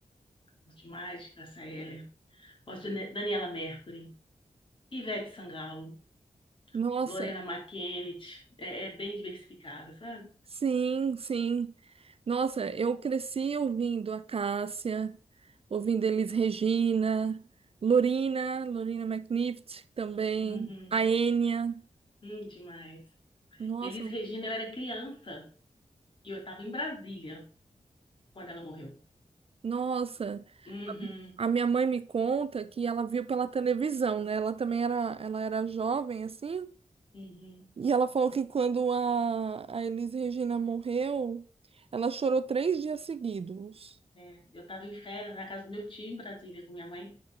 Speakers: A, on the left; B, on the right.
A: Gosto demais de Cássia Eller. Gosto de Ne- Daniela Mercury, Ivete Sangalo.
B: Nossa,
A: Lorena McKennitt, é, é bem diversificada, sabe?
B: Sim, sim. Nossa, eu cresci ouvindo a Cássia, ouvindo Elis Regina, Lorina, Lorina McNift também,
A: Uhum,
B: a Enya.
A: hum, demais.
B: Nossa,
A: Elis Regina, eu era criança e eu estava em Brasília quando ela morreu.
B: nossa.
A: Uhum,
B: A minha mãe me conta que ela viu pela televisão, né? Ela também era, ela era jovem, assim,
A: uhum,
B: e ela falou que quando a, a Elis Regina morreu, ela chorou três dias seguidos.
A: é. Eu estava em férias na casa do meu tio em Brasília com minha mãe